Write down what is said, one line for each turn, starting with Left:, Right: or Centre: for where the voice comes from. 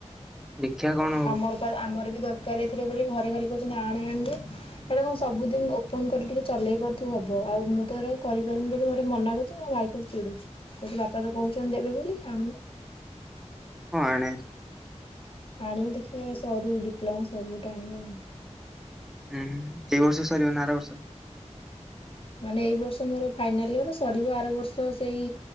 Centre: ଦେଖିଆ କଣ?
Left: ଆମର ଆମର ବି ଦରକାର ଏଇଥିରେ ବୋଲି ଘରେ ଖାଲି କହୁଛନ୍ତି ଆଣେ ଆଣେ ଯେ ହେଲେ କଣ ସବୁଦିନ ଓପନ କରି ଟିକେ ଚଲେଇ ପାରୁଥିବ ହବ ଆଉ ମୁଁ ତ ଏଇଟା କରିପାରିବି ବୋଲି ଘରେ ମନା କରୁଛି ମୋ ଭାଇ କ ଚିଡୁଛି କୋଉଚି ବାପା ତ କହୁଛନ୍ତି ଦେବେ ବୋଲି ଆଣୁନୁ।
Centre: ହଁ ଆଣେ ଭାରି।
Left: ଆଣିବି ଦେଖିବା ସରୁ ଡିପ୍ଲମା ସରୁ ଗୋଟେ ଆଣିବା ଆ
Centre: ହୁଁ ଏଇ ବର୍ଷ ସରିବ ନାା ଆର ବର୍ଷ?
Left: ମାନେ ଏଇ ବର୍ଷ ମୋର ଫାଇନାଲ ଇୟର ସରିବ ଆର ବର୍ଷ ସେଇ